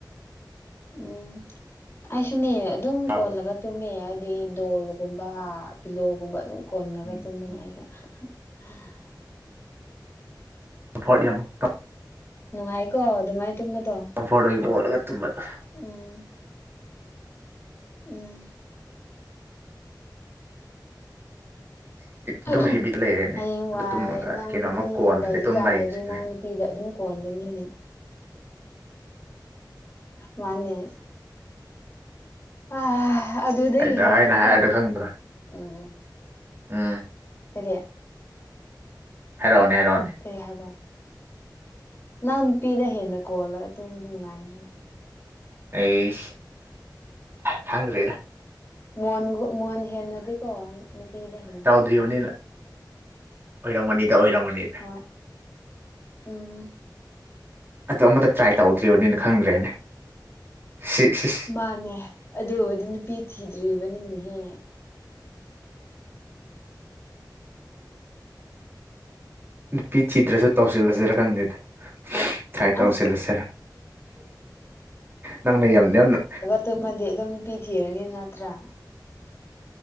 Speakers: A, on the left; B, on the right.
A: ꯎꯝ ꯑꯩꯁꯨꯅꯦ ꯑꯗꯨꯝ
B: ꯇꯥꯕ꯭ꯔꯣ
A: ꯀꯣꯜꯂꯒ ꯇꯨꯝꯃꯦ ꯍꯥꯏꯗꯤ ꯗꯣꯜꯒꯨꯝꯕ ꯄꯤꯂꯣꯒꯨꯝꯕ ꯑꯗꯨꯝ ꯀꯣꯟꯂꯒ
B: ꯎꯝ
A: ꯇꯨꯝꯕꯅꯦ
B: ꯎꯝ
A: ꯑꯩꯁꯨꯦ ꯎꯝ
B: ꯐ꯭ꯔꯣꯠ ꯌꯥꯝ ꯀꯞ
A: ꯅꯨꯡꯉꯥꯏꯀꯣ ꯑꯗꯨꯃꯥꯏꯅ ꯇꯨꯝꯕꯗꯣ
B: ꯀꯝꯐꯣꯔꯗꯩ ꯃꯣꯜꯂꯒ ꯇꯨꯝꯕꯗ
A: ꯎꯝ ꯎꯝ
B: ꯑꯗꯨꯝ
A: ꯎꯝ
B: ꯍꯩꯕꯤꯠ ꯂꯩꯔꯦꯅꯦ
A: ꯍꯌꯦꯡ
B: ꯑꯗꯨ
A: ꯋꯥꯏ
B: ꯇꯨꯝꯃꯒ
A: ꯅꯪ
B: ꯀꯩꯅꯣꯝꯃ
A: ꯅꯨꯄꯤ
B: ꯀꯣꯟꯗ꯭ꯔꯦ
A: ꯂꯩꯔꯤꯀꯥꯟꯗꯗꯤ
B: ꯇꯨꯝꯕ ꯍꯩꯇ꯭ꯔꯦꯅꯦ
A: ꯅꯪ ꯅꯨꯄꯤꯗ ꯑꯗꯨꯝ ꯀꯣꯟꯂꯅꯤꯅꯦ ꯎꯝ ꯃꯅꯦ ꯑ ꯑꯗꯨꯗꯒꯤ
B: ꯑꯩꯅ
A: ꯍꯦꯟꯅꯀꯣ
B: ꯍꯥꯏꯅ ꯍꯥꯏꯔꯗꯣ
A: ꯎꯝ
B: ꯈꯪꯗ꯭ꯔꯣ
A: ꯎꯝ
B: ꯎꯝ
A: ꯀꯔꯤ
B: ꯍꯥꯏꯔꯛꯑꯣꯅꯦ ꯍꯥꯏꯔꯛꯑꯣꯅꯦ
A: ꯀꯩ ꯍꯥꯏꯕ ꯅꯪ ꯅꯨꯄꯤꯗ ꯍꯦꯟꯅ ꯀꯣꯜꯂꯒ ꯑꯗꯨꯨꯝꯝꯗꯤ ꯅꯨꯡꯉꯥꯏꯅꯦꯕ
B: ꯑꯩꯁ ꯈꯪꯗ꯭ꯔꯦꯗ
A: ꯃꯣꯟ ꯃꯣꯟ ꯍꯦꯟꯅꯗꯤꯦꯀꯣ ꯅꯨꯄꯤꯗ ꯍꯦꯟꯅ
B: ꯗ꯭ꯔꯤꯌꯣꯟꯅꯤ ꯑꯣꯏꯔꯝꯃꯅꯤꯗ ꯑꯣꯏꯔꯝꯃꯅꯤꯗ
A: ꯍꯣꯏ ꯎꯝ
B: ꯑꯗꯣ ꯑꯃꯗ ꯇ꯭ꯔꯥꯏ ꯇꯧꯗ꯭ꯔꯤꯕꯅꯤꯅ ꯈꯪꯗ꯭ꯔꯦꯅꯦ ꯁꯤ ꯁꯤ
A: ꯃꯥꯅꯦ ꯑꯗꯨꯕꯨꯗꯤ ꯅꯨꯄꯤ ꯊꯤꯗ꯭ꯔꯤꯕꯅꯤꯅꯦꯍꯦ
B: ꯅꯨꯄꯤ ꯊꯤꯗꯔꯁꯨ ꯇꯧꯁꯤꯜꯂꯁꯤꯔ ꯈꯪꯗꯦꯗ ꯇ꯭ꯔꯥꯏ ꯇꯧꯔꯁꯤꯜꯂꯁꯤꯔ
A: ꯑꯁ
B: ꯅꯪꯅ ꯌꯥꯝ ꯌꯥꯝꯅ
A: ꯑꯗꯨꯃꯗꯤ ꯑꯗꯨꯝ ꯅꯨꯄꯤ ꯊꯤꯔꯅꯤ ꯅꯠꯇ꯭ꯔꯥ